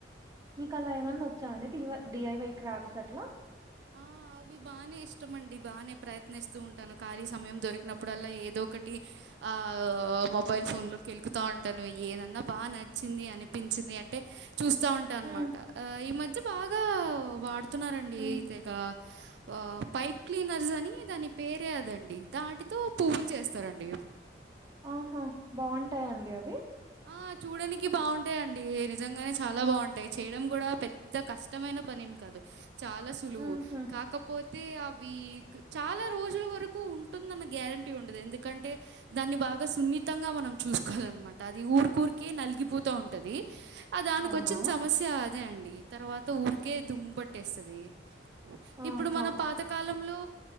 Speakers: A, on the right (about 20°); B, on the right (about 70°).
A: మీకు అలా ఏమన్నా వచ్చా అండి డివై డిఐవై క్రాఫ్ట్స్ అట్లా
B: ఆ! అవి బానే ఇష్టమండి బానే ప్రయత్నిస్తూ ఉంటాను ఖాళీ సమయం దొరికినప్పుడల్లా ఏదో ఒకటి ఆ మొబైల్ ఫోన్ లో కెలుకుతా ఉంటాను ఏదన్నా బాగా నచ్చింది అనిపించింది అంటే చూస్తా ఉంటా అన్నమాట
A: హ్మ్.
B: ఆ ఈ మధ్య బాగా వాడుతున్నారండి
A: హ్మ్.
B: తెగ ఆ పైప్ క్లీనర్స్ అని దాని పేరే అదండి దాటితో పువ్వులు చేస్తారండి
A: ఆహా బాగుంటాయండి అవి
B: ఆ చూడనికి బాగుంటాయండి నిజంగానే చాలా బాగుంటాయి చేయడం కూడా పెద్ద కష్ ఉత్తమమైన పని ఏం కాదు చాల స్ <unintelligible> లు
A: హుహు.
B: కాకపోతే అవి చాలా రోజుల వరకు ఉంటుందన్న గ్యారంటీ గట్టిగా ఉండదు ఎందుకంటే దాన్ని బాగా సున్నితంగా మనం చూసుకోవాలిన్నమాట అది ఊరికరికే నలిగిపోతా ఉంటది ఆ దానికి
A: అవునా?
B: వచ్చిన సమస్య ఇదే అండి తర్వా ఊరికే దుమ్ పట్టేస్తుంది
A: ఆహా!
B: ఇప్పుడు మన పాత కాలంలో